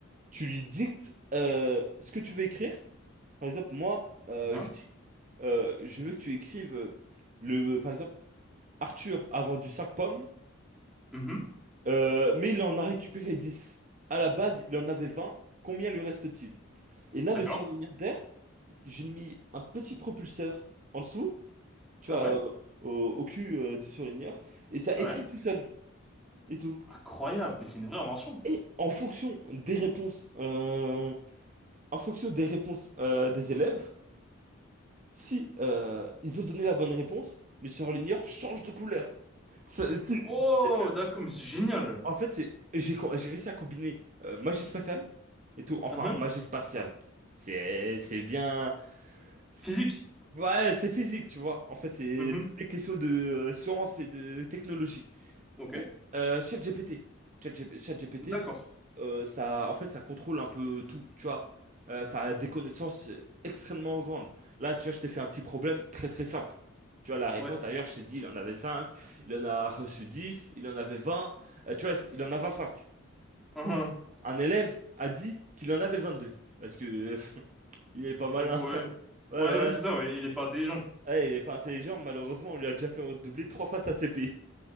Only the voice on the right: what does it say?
Tu lui dictes euh, ce que tu veux écrire. Par exemple, moi, euh,
je dis, euh, je veux que tu écrives euh, le, par exemple, Arthur a vendu 5 pommes.
Euh, mais il en a récupéré 10. À la base, il en avait 20. Combien lui reste-t-il? Et là,
le surligneur d'air, j'ai mis un petit propulseur en dessous, tu
vois,
euh, au, au cul euh, du surligneur, et ça
écrit
tout seul et tout.
Et en fonction des réponses, euh, en fonction des réponses euh, des élèves, si euh, ils ont donné la bonne réponse, le surligneur change de couleur. Ça- tu-
Est-ce que,
En fait, c'est j'ai co- j'ai réussi à combiner euh, magie spatiale et tout. Enfin,
magie spatiale. C'est c'est bien. c'est-
Ouais, c'est physique, tu vois. En fait, c'est
toutes les questions de euh, science et de technologie.
Et, Euh, ChatGPT. ChatG- ChatGPT,
euh, ça, en fait, ça contrôle un peu tout, tu vois. Euh, ça a des connaissances euh, extrêmement grandes. Là, tu vois, je t'ai fait un petit problème très très simple. Tu vois, la réponse,
d'ailleurs, je t'ai dit, il en avait 5, il en a reçu 10, il en avait 20. euh, tu vois, il en a vingt-cinq
un élève a dit qu'il en avait 22. Parce que euh, <laughs> il est pas malin.
<laughs> Ouais,
voilà.
Ouais, il est pas intelligent, malheureusement, on lui a déjà fait redoubler trois fois sa CP.